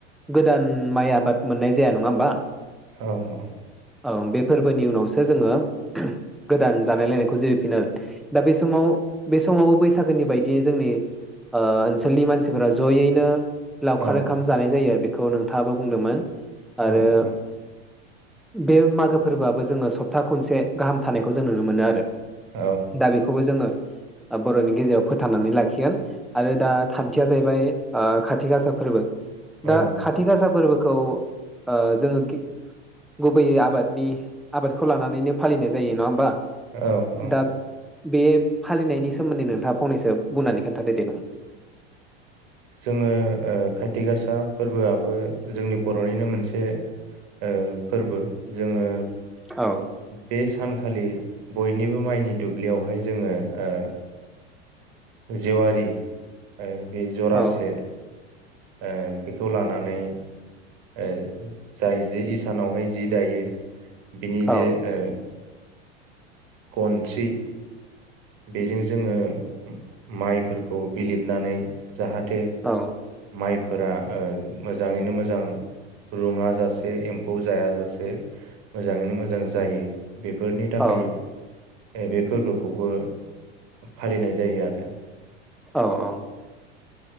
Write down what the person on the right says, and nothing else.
औ औ।
औ
औ
उम।
औ
औ
औ ओ।
जोङो ओ खाथि गासा फोरबोआबो जोंनि बरनिनो मोनसे ओ फोरबो जोङो
बे सानखालि बयनिबो माइनि दुब्लियावहाय जोङो ओ जेवारि ओ बे जरासे।
ओ बेखौ लानानै ओ जाय जे इसानावहाय जि दायो। बिनि
जे ओ। गनथि। बेजों जोङो माइफोरखौ बिलिरनानै। जाहाथे
माइ। फोरा ओ मोजाङैनो मोजां रुङा जासे एम्फौ जायाजासे मोजाङैनो मोजां जायो। बेफोरनि थाखाय।
ए बे फोरबोखौबो। फालिनाय जायो आरो।